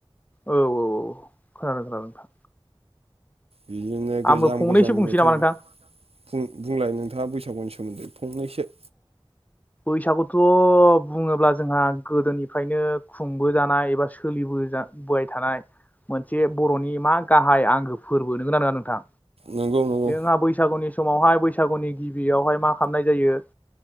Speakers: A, on the left; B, on the right.
A: औ औ खोनादों खोनादों नोंथां
B: बिदिनो गोजाम
A: आंबो फंनैसो
B: गोजाम
A: बुंसै
B: मेथाइ
A: नामा नोंथां
B: फुं बुंलाय नोंथाङा बैसागुनि सोमोन्दै फंनैसो
A: बैसाखौथ' बुङोब्ला जोंहा गोदोनिफ्रायनो खुंबोजानाय एबा सोलिबोजाबोबाय थानाय मोनसे बर'नि मा गाहाय आंगो फोरबो नंगौना नङा नोंथां
B: नंगौ नंगौ
A: जोंहा बैसागुनि समावहाय बैसाग बैसागुनि गिबियावहाय मा खालामनाय जायो